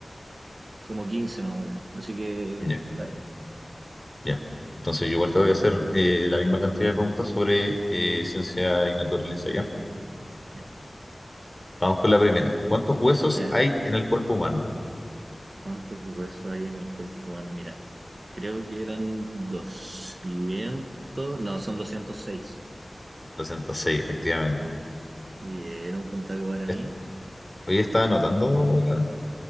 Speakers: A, on the right; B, on the left.
A: como 15 más o menos. Así que,
B: Ya,
A: dale,
B: ya. Entonces yo igual te voy a hacer eh, la misma cantidad de preguntas sobre eh, ciencia y naturaleza, ¿ya?
A: ya.
B: Vamos con la primera. ¿Cuántos huesos
A: A ver,
B: hay en el cuerpo humano?
A: ¿cuántos huesos hay en el cuerpo humano? Mira, creo que eran 200, no, son 206.
B: 206, efectivamente.
A: Bien, un puntaco para
B: Est-
A: mí.
B: Hoy estaba anotando la-